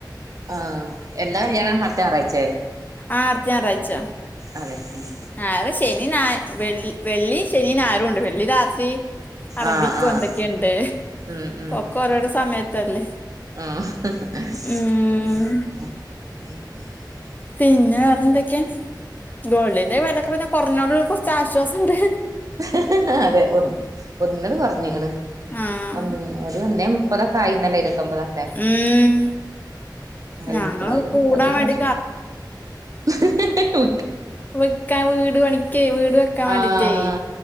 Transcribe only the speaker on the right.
ആഹ് എന്നാ കല്യാണം അടുത്ത ഞായറാഴ്ച്ചേ
അതെ ഉം
ആഹ് ആഹ് ഉം ഉം
ആഹ്
ഹ് ഹ്ഹ് അതെ ഒ ഒന്നട് പറഞ്ഞള്
ഒന്ന് ഒരു ഒന്നേ മുപ്പതൊക്കെ ആയിന്നല്ലേ ഇരുപത്തൊമ്പതൊക്കെ
ഇടുക്കണവർക്ക്
അതൊരു
ആശ്വാസം ഹ്‌ ഹ് ഹ്
ആഹ്